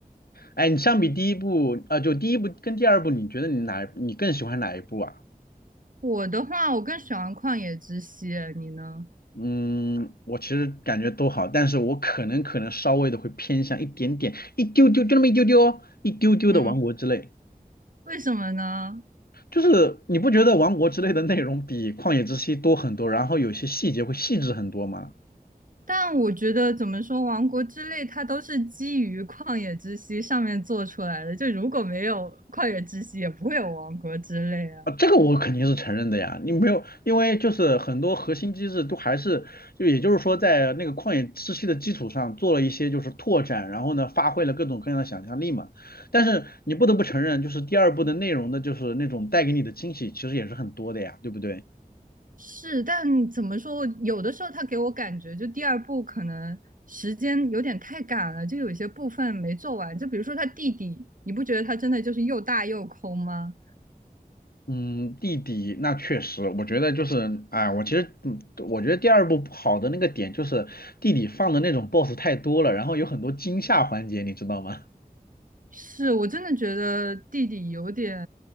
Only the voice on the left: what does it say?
哎，你相比第一部，呃，就第一部跟第二部，你觉得你哪你更喜欢哪一部啊？
嗯，我其实感觉都好，但是我可能可能稍微的会偏向一点点，一丢丢，就那么一丢丢哦，一丢丢的《王国之泪》，
就是你不觉得《王国之泪》的内容比《旷野之息》多很多，然后有些细节会细致很多吗？
啊，这个我肯定是承认的呀，你没有，因为就是很多核心机制都还是，就也就是说在那个旷野之息的基础上做了一些就是拓展，然后呢发挥了各种各样的想象力嘛。但是你不得不承认，就是第二部的内容的，就是那种带给你的惊喜其实也是很多的呀，对不对？
嗯，弟弟，那确实，我觉得就是，哎，我其实，嗯，我觉得第二部不好的那个点就是弟弟放的那种 BOSS 太多了，然后有很多惊吓环节，你知道吗？<laughs>